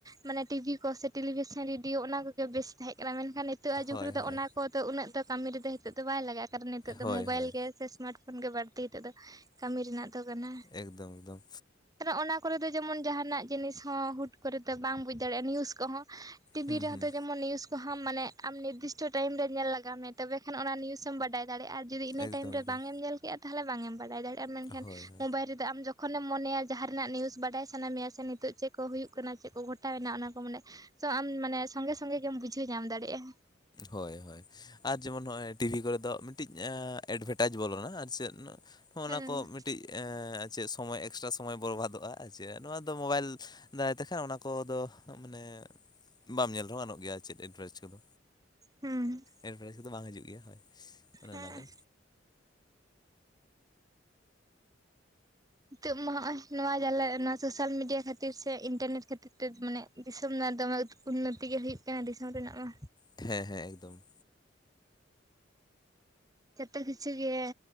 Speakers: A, on the right (about 20°); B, on the left (about 25°).
A: ᱢᱟᱱᱮ ᱴᱤ. ᱵᱷᱤ. ᱠᱚ ᱥᱮ ᱴᱮᱞᱤᱵᱮ ᱦᱮᱸ ᱨᱤᱰᱤᱭᱳ ᱚᱱᱟ ᱠᱚᱜᱮ ᱵᱮᱥ ᱛᱟᱦᱮᱸᱜ ᱠᱟᱱᱟ ᱢᱮᱱᱠᱷᱟᱱ ᱱᱤᱛᱚᱜ -ᱟᱜ
B: ᱦᱳᱭ
A: ᱡᱩᱜᱽ ᱨᱮᱫᱚ
B: ᱦᱳᱭ
A: ᱚᱱᱟ ᱠᱚᱫᱚ ᱩᱱᱟᱹᱜ ᱫᱚ ᱠᱟᱹᱢᱤ ᱨᱮᱫᱚ ᱦᱤᱛᱚᱜ ᱫᱚ ᱵᱟᱭ ᱞᱟᱜᱟᱜ-ᱟ ᱠᱟᱨᱚᱱ ᱱᱤᱛᱚᱜ ᱫᱚ
B: ᱦᱳᱭ
A: ᱢᱳᱵᱟᱭᱤᱞ
B: ᱦᱳᱭ
A: ᱜᱮ ᱥᱮ ᱥᱢᱟᱨᱴ ᱯᱷᱳᱱ ᱜᱮ ᱵᱟᱹᱲᱛᱤ ᱦᱤᱛᱚᱜ ᱫᱚ, ᱠᱟᱹᱢᱤ ᱨᱮᱱᱟᱜ ᱛᱚ ᱠᱟᱱᱟ᱾
B: ᱮᱠᱫᱚᱢ ᱮᱠᱫᱚᱢ
A: <unintelligible> ᱚᱱᱟ ᱠᱚᱨᱮ ᱫᱚ ᱡᱮᱢᱚᱱ ᱡᱟᱦᱟᱸᱱᱟᱜ ᱡᱤᱱᱤᱥ ᱦᱚᱸ ᱦᱩᱴ ᱠᱚᱨᱮ ᱫᱚ ᱵᱟᱝ ᱵᱩᱡᱽ ᱫᱟᱲᱮᱭᱟᱜ-ᱟ ᱱᱤᱭᱩᱡ ᱠᱚᱦᱚᱸ, ᱴᱤ.
B: ᱦᱩᱸ
A: ᱵᱷᱤ. ᱨᱮᱦᱚᱸ
B: ᱦᱩᱸ
A: ᱛᱚ ᱡᱮᱢᱚᱱ ᱱᱤᱭᱩᱥ ᱛᱚ ᱦᱟᱢ ᱢᱟᱱᱮ ᱟᱢ ᱱᱤᱨᱫᱤᱥᱴᱚ ᱴᱟᱭᱤᱢ ᱨᱮ ᱧᱮᱞ ᱞᱟᱜᱟᱣ ᱢᱮᱭᱟ, ᱛᱚᱵᱮ ᱠᱷᱟᱱ ᱚᱱᱟ ᱱᱤᱭᱩᱥ ᱮᱢ ᱵᱟᱰᱟᱭ ᱫᱟᱲᱮᱭᱟᱜ-ᱟ᱾ ᱡᱩᱫᱤ ᱤᱱᱟᱹ
B: ᱮᱠᱫᱚᱢ
A: ᱴᱟᱭᱤᱢ ᱨᱮ
B: ᱮᱠᱫᱚᱢ
A: ᱵᱟᱝ ᱮᱢ ᱧᱮᱞ ᱠᱮᱜ-ᱟ ᱛᱟᱦᱚᱞᱮ ᱵᱟᱝᱮᱢ ᱵᱟᱰᱟᱭ ᱫᱟᱲᱮᱭᱟᱜ-ᱟ᱾ ᱢᱮᱱᱠᱷᱟᱱ
B: ᱦᱳᱭ ᱦᱳᱭ
A: ᱢᱳᱵᱟᱭᱤᱞ ᱨᱮᱫᱚ ᱟᱢ ᱡᱚ ᱠᱷᱚᱱᱮᱢ ᱢᱚᱱᱮᱭᱟ ᱡᱟᱦᱟᱸ ᱨᱮᱱᱟᱜ ᱱᱤᱭᱩᱥ ᱵᱟᱰᱟᱭ ᱥᱟᱱᱟ ᱢᱮᱭᱟ ᱥᱮ ᱱᱤᱛᱚᱜ ᱪᱮᱫ ᱠᱚ ᱦᱩᱭᱩᱜ ᱠᱟᱱᱟ ᱪᱮᱫ ᱠᱚ ᱜᱷᱚᱴᱟᱣᱮᱱᱟ ᱚᱱᱟ ᱠᱚ ᱢᱟᱱᱮ <unintelligible> ᱟᱢ ᱢᱟᱱᱮ ᱥᱚᱸᱜᱮ ᱥᱚᱸᱜᱮ ᱜᱮᱢ ᱵᱩᱡᱷᱟᱹᱣ ᱧᱟᱢ ᱫᱟᱲᱮᱭᱟᱜ-ᱟ᱾
B: ᱦᱳᱭ ᱦᱳᱭ ᱟᱨ ᱡᱮᱢᱚᱱ ᱱᱚᱜ-ᱚᱭ ᱴᱤ. ᱵᱷᱤ. ᱠᱚᱨᱮ ᱫᱚ ᱢᱤᱫᱴᱤᱡ ᱮᱸᱻ ᱮᱰ ᱵᱷᱮᱴᱟᱡᱽ ᱵᱚᱞᱚᱱᱟ ᱟᱨ ᱪᱮᱫ, ᱚᱱᱟ
A: ᱦᱩᱸ
B: ᱠᱚ ᱠᱟᱹᱴᱤᱡ ᱮᱸ ᱪᱮᱫ ᱥᱚᱢᱚᱭ ᱮᱠᱥᱴᱨᱟ ᱥᱚᱢᱚᱭ ᱵᱚᱨᱵᱟᱫᱚᱜ-ᱟ ᱦᱮᱪᱮ ᱱᱚᱣᱟ ᱫᱚ ᱢᱳᱵᱟᱭᱤᱞ ᱫᱟᱭ ᱛᱮᱠᱷᱟᱱ ᱚᱱᱟ ᱠᱚ ᱫᱚ ᱢᱟᱱᱮ, ᱵᱟᱢ ᱧᱮᱞ ᱨᱮᱦᱚᱸ ᱜᱟᱱᱚᱜ ᱜᱮᱭᱟ ᱪᱮᱫ <unintelligible> ᱠᱚᱫᱚ᱾
A: ᱦᱩᱸ᱾
B: ᱮᱰ ᱵᱷᱮᱴᱟᱡ ᱠᱚᱫᱚ ᱵᱟᱝ ᱦᱟᱹᱡᱩᱜ ᱜᱮᱭᱟ ᱦᱳᱭ, ᱚᱱᱮ
A: ᱦᱮᱸ
B: ᱚᱱᱟ ᱜᱮ᱾
A: ᱱᱤᱛᱚᱜ ᱢᱟ ᱦᱚᱸᱜ-ᱚᱭ ᱱᱚᱣᱟ ᱡᱟᱞᱟ ᱱᱚᱣᱟ ᱥᱳᱥᱟᱞ ᱢᱤᱰᱤᱭᱟ ᱠᱷᱟᱹ ᱛᱤᱨ ᱥᱮ ᱤᱱᱴᱟᱨᱱᱮᱴ ᱠᱷᱟᱹᱛᱤᱨ ᱛᱮ ᱢᱟᱱᱮ ᱫᱤᱥᱚᱢ ᱨᱮᱱᱟᱜ ᱫᱚᱢᱮ ᱩᱱᱱᱚᱛᱤ ᱜᱮ ᱦᱩᱭᱩᱜ ᱠᱟᱱᱟ ᱫᱤᱥᱚᱢ ᱨᱮᱱᱟᱜ ᱢᱟ
B: ᱦᱮᱸ ᱦᱮᱸ ᱮᱠᱫᱚᱢ᱾
A: ᱡᱷᱚᱛᱚ ᱠᱤᱪᱷᱩ ᱜᱮ᱾